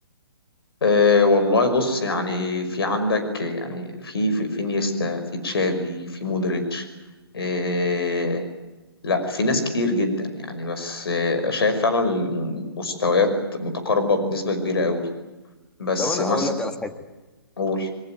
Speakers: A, on the left; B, in the centre.
A: أه والله بص يعني في عندك يعني في في في نيستا في تشافي في مودريتش أه لا في ناس كتير جدا يعني بس أه شايف فعلا المستويات متقاربة بنسبة كبيرة قوي بس
B: لو انا
A: مثلا
B: اقول لك على حاجه
A: قول